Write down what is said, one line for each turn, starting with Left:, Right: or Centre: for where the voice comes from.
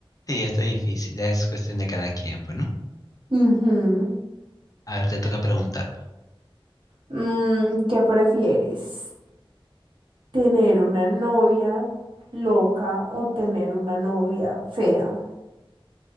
Left: Sí, está difícil. Es cuestión de cada quien, pues, ¿no?
Right: Ujú.
Left: A ver, te toca preguntarme.
Right: Mm, ¿qué prefieres? ¿Tener una novia loca o tener una novia fea?